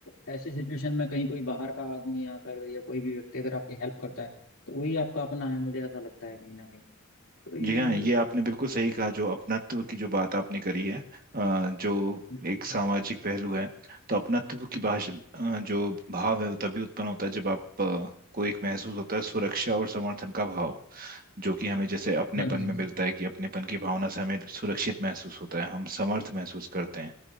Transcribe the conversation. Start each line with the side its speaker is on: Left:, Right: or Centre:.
Left: ऐसी सिचुएशन में कहीं कोई बाहर का आदमी आकर या कोई भी व्यक्ति अगर आपकी हेल्प करता है तो वही आपका अपना है मुझे ऐसा लगता है कहीं ना कहीं तो ये
Right: जी हाँ ये आपने बिल्कुल सही कहा जो अपनत्व की जो बात आपने करी है अ, जो
Left: जी
Right: एक सामाजिक पहलू है तो अपनत्व की भाषा अ, जो भाव है वो तभी उत्पन्न होता है जब आप अ, को एक महसूस होता है सुरक्षा और समर्थन का भाव जो कि हमें जैसे अपनेपन
Left: हाँ जी हाँ
Right: में
Left: जी
Right: मिलता है कि अपनेपन की भावना से हमें सुरक्षित महसूस होता है हम समर्थ महसूस करते हैं